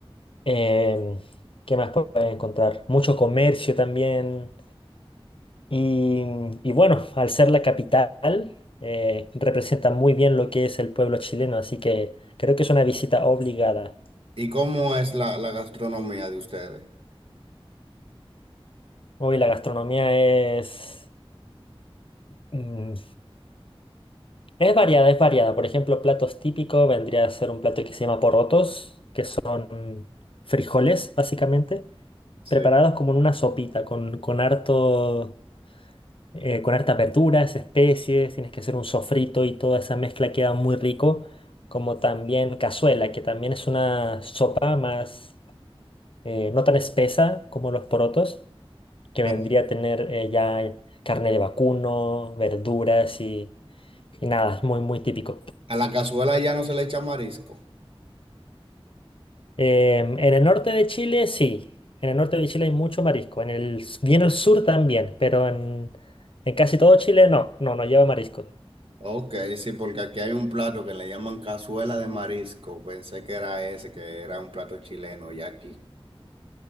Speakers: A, on the left; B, on the right.
A: Em, ¿qué más puedes encontrar? Mucho comercio también. Y, y bueno, al ser la capital, eh, representa muy bien lo que es el pueblo chileno, así que creo que es una visita obligada.
B: ¿Y cómo es la, la gastronomía de ustedes?
A: Hoy la gastronomía es, mm, es variada, es variada. Por ejemplo, platos típicos vendría a ser un plato que se llama porotos, que son frijoles, básicamente,
B: Sí.
A: preparados como en una sopita, con, con harto, eh, con hartas verduras, especies, tienes que hacer un sofrito y toda esa mezcla queda muy rico, como también cazuela, que también es una sopa más, eh, no tan espesa como los porotos, que vendría
B: Pero
A: a tener eh, ya carne de vacuno, verduras y, y nada, es muy, muy típico.
B: a la cazuela ya no se le echa marisco.
A: Em, en el norte de Chile, sí. En el norte de Chile hay mucho marisco, en el, s- bien al sur también, pero en, en casi todo Chile no, no, no lleva marisco.
B: Ok, sí, porque aquí hay un plato que le llaman cazuela de marisco. Pensé que era ese, que era un plato chileno, y aquí.